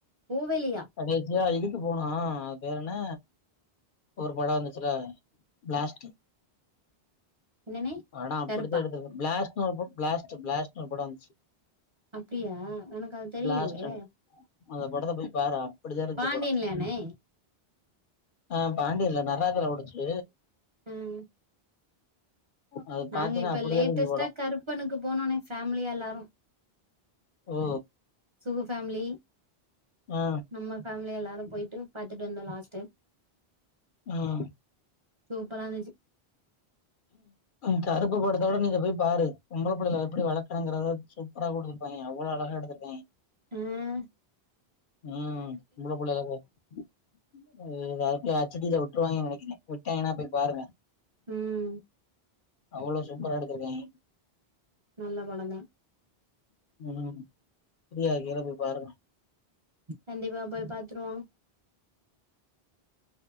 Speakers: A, on the right; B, on the left.
A: போவே இல்லையா
B: கடைசியா இதுக்கு போனோம் பேரு என்ன ஒரு படம் வந்துச்சுல பிளாஸ்ட்
A: என்னண்ணே
B: படம் அப்படித்தான்
A: கருப்பா
B: எடுத்துருக்கு ப்ளாஸாட் ஒரு ப்ளாஸ்ட் ப்ளாஸ்ட் ஒரு படம் வந்துச்சு
A: அப்டியா எனக்கு அது தெரியலையே
B: பிளாஸ்ட்ன்னு அந்த படத்த போய் பாறே அப்படிதான் இருந்துஞ்சு
A: பாண்டியன்லயாண்ணே
B: படம் ஆஹ் பாண்டியல்ல நடராஜல ஓடுச்சு
A: உம்
B: அது
A: நாங்க
B: பாத்தீன்னா
A: இப்ப
B: அப்படிதான்
A: லேட்டஸ்ட்டா
B: இருந்துச்சு படம்
A: கருப்பனுக்கு போனோண்ணே ஃபேமிலியா எல்லாரும்
B: ஓ
A: சுகு ஃபேமிலி
B: ஆ
A: நம்ம ஃபேமிலி எல்லாரும் போயிட்டு பாத்துட்டு வந்தோம் லாஸ்ட் டைம்
B: ஆஹ்
A: சூப்பரா இருந்துச்சி
B: உம் கருப்பு படத்த விட நீங்க போய் பாரு பொம்பள பிள்ளைல எப்படி வளர்க்கணுங்கறத சூப்பரா குடு பைய அவ்ளோ அழகா எடுத்துறுக்கா அவே
A: ம்
B: ம் பொம்பளபுள்ளயார்க்கே <unintelligible> செடில விட்டுருாங்கேன்னு நெனைக்குறே விட்டாங்கேனா போய் பாருங்க
A: உம்
B: அவ்ளோ சூப்பரா எடுத்துருக்கியா அவே
A: நல்ல கொனோந்தே
B: ம் ஃப்ரியா இருக்கையில போய் பாருங்கே
A: கண்டிப்பா போய் பாத்துருவோ